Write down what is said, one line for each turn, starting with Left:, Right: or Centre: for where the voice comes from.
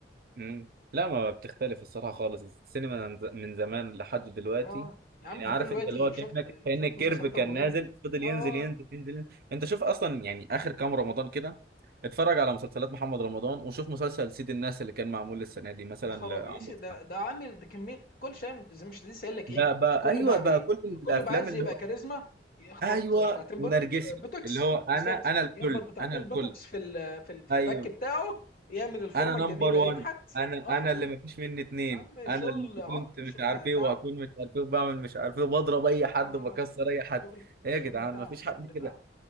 Right: امم لا ما بتختلف الصراحه خالص السينما من ز- من زمان لحد دلوقتي
Left: اه يا عم
Right: يعني
Left: بكل
Right: عارف
Left: دلوقتي
Right: انت اللي هو كانك
Left: شفت
Right: كان
Left: شفت
Right: الكيرف
Left: مسلسلات
Right: كان
Left: رمضان
Right: نازل فضل
Left: اه اه
Right: ينزل ينزل
Left: آه.
Right: ينزل, ينزل. انت شوف اصلا يعني اخر كام رمضان كده اتفرج على مسلسلات محمد رمضان وشوف مسلسل سيد الناس اللي كان معمول السنه دي مثلا
Left: يا خرابي
Right: لعمرو
Left: ايش ده
Right: سعد
Left: ده عامل ده كميه كل شيء زي مش لسه قايل لك
Right: بقى
Left: ايه
Right: بقى
Left: كل
Right: ايوه
Left: بقى
Right: بقى
Left: بي
Right: كل الافلام
Left: كل بقى عايز
Right: اللي
Left: يبقى
Right: هو
Left: كاريزما يخبط
Right: ايوه
Left: بتاعتين
Right: ونرجسي
Left: بوت- بوتوكس
Right: اللي هو انا
Left: بالظبط
Right: انا الكل
Left: يخبط بتاعتين
Right: انا الكل
Left: بوتوكس في ال- في ال- في
Right: ايوه
Left: الفك بتاعه يعمل الفورمه
Right: انا نمبر
Left: الجميله
Right: وان
Left: ينحت
Right: انا
Left: اه
Right: انا اللي مفيش مني اتنين
Left: يا عم
Right: انا
Left: شغل
Right: اللي
Left: ع-
Right: كنت مش
Left: شغل
Right: عارف ايه
Left: تعب
Right: وهكون مش عارف ايه وبعمل مش عارف ايه وبضرب اي حد
Left: لا لا
Right: وبكسر
Left: لا
Right: اي حد
Left: شغل
Right: ايه
Left: شغل
Right: يا جدعان
Left: تعب
Right: مفيش
Left: شغل
Right: حد كده
Left: تعب